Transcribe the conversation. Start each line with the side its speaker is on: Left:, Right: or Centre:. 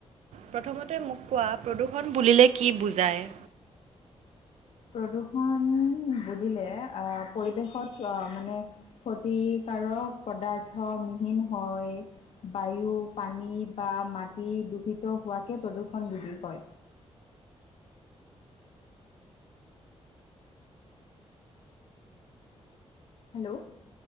Right: প্ৰথমতে মোক কোৱা প্ৰদূষণ বুলিলে কি বুজায়?
Left: প্ৰদূষণ বুলিলে আহ, পৰিৱেশত আহ, মানে ক্ষতিকাৰক পদাৰ্থ মিহীন হৈ বায়ু, পানী বা মাটি দূষিত হোৱাকে প্ৰদূষণ বুলি কয়। হেল্ল'?